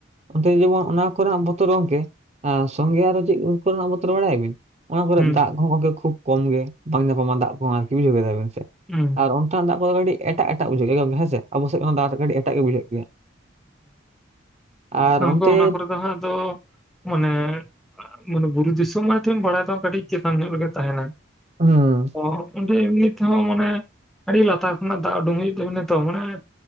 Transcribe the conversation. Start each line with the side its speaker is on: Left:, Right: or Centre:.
Right: ᱚᱱᱛᱮ ᱡᱮᱢᱚᱱ ᱚᱱᱟ ᱠᱚᱨᱮᱱᱟᱜ ᱵᱚᱛᱚᱨ ᱜᱚᱢᱠᱮ ᱥᱚᱝᱜᱮ ᱟᱨᱚ ᱪᱮᱫ ᱠᱚᱨᱮᱱᱟᱜ ᱵᱚᱛᱚᱨ ᱵᱟᱲᱟᱭᱟ ᱵᱤᱱ ᱚᱱᱟ ᱠᱚᱨᱮ
Centre: ᱦᱩᱸ
Right: ᱫᱟᱜ ᱮ ᱠᱷᱩᱵ ᱠᱚᱢ ᱜᱮ ᱵᱟᱝ ᱧᱟᱯᱟᱢᱟ ᱫᱟᱜ ᱟᱨᱠᱤ ᱵᱩᱡᱷᱟᱹᱣ ᱠᱮᱫ ᱫᱟᱵᱤᱱ ᱥᱮ,
Centre: ᱦᱩᱸ,
Right: ᱟᱨ ᱚᱱᱛᱮᱱᱟᱜ ᱫᱟᱜ ᱠᱚᱫᱚ ᱠᱟᱹᱴᱤᱡ ᱮᱴᱟᱜ ᱮᱴᱟᱜ ᱵᱩᱡᱷᱟᱹᱜ ᱜᱮᱭᱟ ᱜᱚᱝᱠᱮ ᱦᱮᱸᱥᱮ ᱟᱵᱚ ᱥᱮ ᱠᱷᱚᱱ ᱫᱚ ᱫᱟᱜ ᱠᱟᱹᱴᱤᱡ ᱮᱴᱟᱜ ᱜᱮ ᱵᱩᱡᱷᱟᱹᱜ ᱜᱮᱭᱟ, ᱟᱨ
Centre: ᱦᱮᱸ ᱟᱫᱚ
Right: ᱚᱱᱛᱮ
Centre: ᱚᱱᱟ ᱠᱚᱨᱮ ᱫᱚ ᱦᱟᱸᱜ ᱟᱫᱚ ᱢᱟᱱᱮ ᱵᱩᱨᱩ ᱫᱤᱥᱚᱢ ᱢᱟ ᱫᱚ ᱵᱟᱲᱟᱭ ᱫᱚ ᱠᱟᱹᱴᱤᱡ᱾ ᱪᱮᱛᱟᱱ ᱧᱚᱜ ᱞᱮᱜᱮ ᱛᱟᱦᱮᱱᱟ
Right: ᱦᱩᱸ
Centre: ᱛᱚ᱾ ᱚᱸᱰᱮ ᱮᱢᱱᱤ ᱛᱮᱦᱚᱸ ᱢᱟᱱᱮ ᱟᱹᱰᱤ ᱞᱟᱛᱟᱨ ᱠᱷᱚᱱᱟᱜ ᱫᱟᱜ ᱩᱰᱩᱝ ᱦᱩᱭᱩᱜ ᱛᱟᱵᱤᱱᱟ ᱛᱚ ᱢᱟᱱᱮ᱾